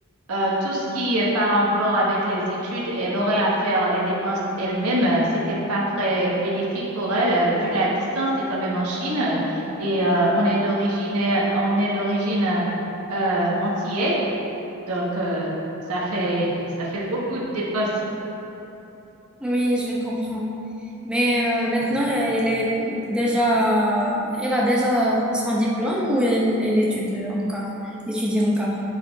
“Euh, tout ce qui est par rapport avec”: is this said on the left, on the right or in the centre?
Right